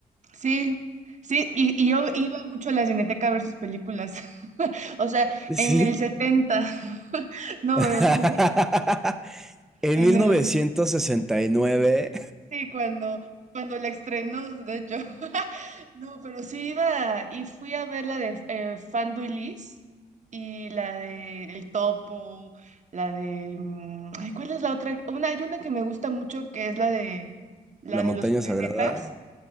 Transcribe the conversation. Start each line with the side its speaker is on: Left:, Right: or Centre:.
Right: Sí, sí, y, y yo iba mucho a la Cineteca a ver sus películas. <laughs> O sea,
Centre: Sí.
Right: en el 70, <laughs> no,
Centre: <laughs>
Right: pero sí,
Centre: En
Right: en
Centre: mil
Right: el,
Centre: novecientos sesenta y nueve
Right: sí, cuando, cuando la estrenó, de hecho. <laughs> No, pero sí iba y fui a ver la de eh, Fanduilis y Liz y la de El Topo, la de, mm, ay, ¿cuál es la otra? Una, hay una que me gusta mucho que es la de, la
Centre: La
Right: de
Centre: Montaña
Right: los planetas.
Centre: Sagrada.